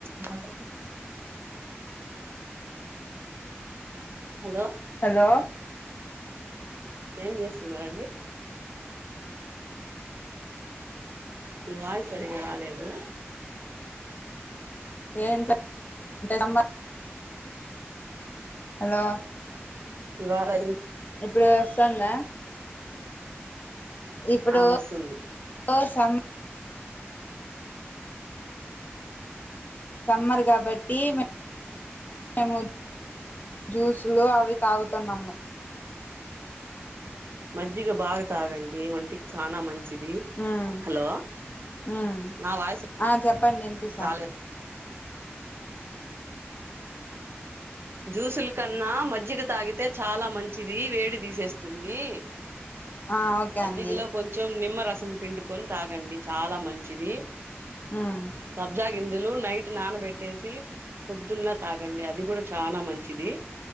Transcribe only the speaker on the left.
హలో
ఏ అంటే <unintelligible> హలో!
ఇప్పుడు వస్తాందా? ఇప్పుడు
<inaudible> సమ్మర్ కాబట్టి మేమ్ ఏమొద్ జూస్ లో అవి తాగుతున్నాము.
ఉమ్
ఉమ్
ఆ చెప్పండి వినిపిస్తుంది
ఆ ఓకే
అండి
ఉమ్